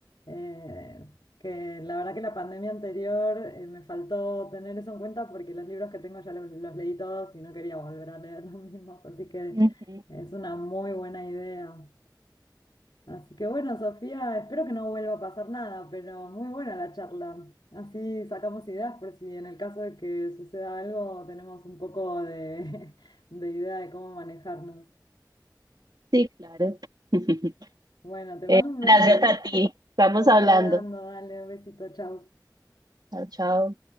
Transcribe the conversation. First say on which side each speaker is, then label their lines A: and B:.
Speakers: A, on the left; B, on the right.
A: eh, que la verdad que la pandemia anterior eh, me faltó tener eso en cuenta porque los libros que tengo ya los, los leí todos y no quería volver a leer <laughs> los mismos, así que
B: Ujú,
A: es una muy buena idea. Así que bueno, Sofía, espero que no vuelva a pasar nada, pero muy buena la charla. Así sacamos ideas por si en el caso de que suceda algo tenemos un poco de <laughs> de idea de cómo manejarnos.
B: Sí, claro. <laughs>
A: Bueno, te mando un beso
B: Gracias
A: ahí.
B: a ti. Estamos
A: Estamos
B: hablando.
A: hablando, dale un besito, chau.
B: Chao, chao.